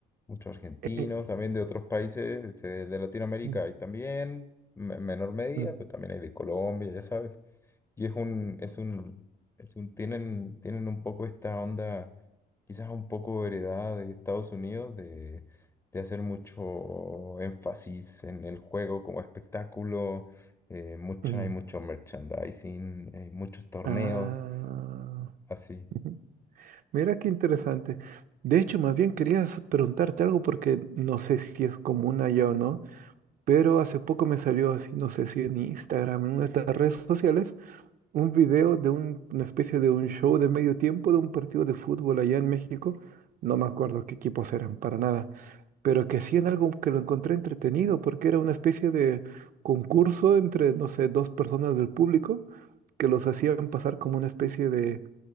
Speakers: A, on the left; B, on the right.
A: muchos argentinos,
B: Eh,
A: también de otros países este, de Latinoamérica
B: mm,
A: hay también, me- en menor medida,
B: mm,
A: pero también hay de Colombia, ya sabes. Y es un, es un, es un, tienen, tienen un poco esta onda, quizás un poco heredada de Estados Unidos, de, de hacer mucho énfasis en el juego como espectáculo, eh, mucha,
B: mm.
A: hay mucho merchandising, hay muchos torneos,
B: ah,
A: así.
B: Ujú. mira qué interesante. De hecho, más bien quería s- preguntarte algo porque no sé si es común allá o no, pero hace poco me salió así, no sé si en Instagram, en una de estas redes sociales, un video de un- una especie de un show de medio tiempo de un partido de fútbol allá en México. No me acuerdo qué equipos eran, para nada. pero que hacían algo que lo encontré entretenido, porque era una especie de concurso entre, no sé, dos personas del público que los hacían pasar como una especie de,